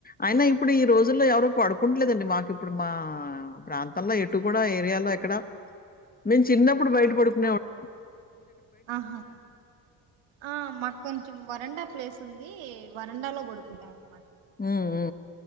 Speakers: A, on the left; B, on the right.
A: అయినా ఇప్పుడు ఈ రోజుల్లో ఎవరూ పడుకుంటలేదండి. మాకు ఇప్పుడు మా ప్రాంతంలో ఎటు కూడా ఏరియాలో ఎక్కడా నేన్ చిన్నప్పుడు బయట
B: ఆ
A: పడుకునే వాడ్
B: ఆహా ఆ మా కొంచం వరండా ప్లేస్ వస్తుందీ వరండాలో పడుకుంటాం అం
A: ఊ ఊ